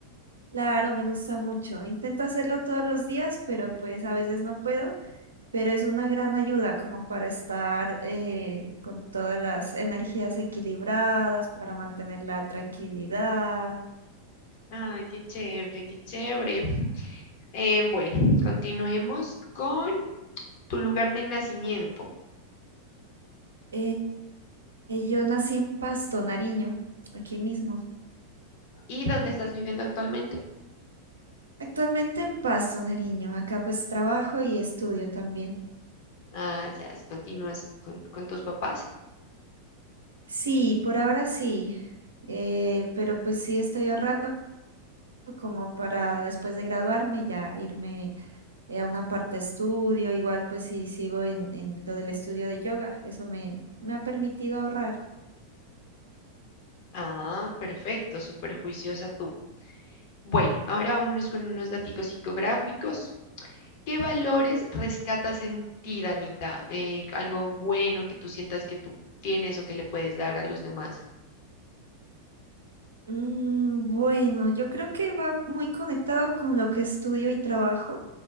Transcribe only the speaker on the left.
Ay, qué chévere, qué chévere. Eh, bueno, continuemos con tu lugar de nacimiento
y dónde estás viviendo actualmente.
Ah, ya, es- continúas con, con tus papás.
Ah, perfecto, súper juiciosa tú. Bueno, ahora vámonos con unos datos psicográficos. ¿Qué valores rescatas en ti, Danita? Eh, algo bueno que tú sientas que tú tienes o que le puedes dar a los demás.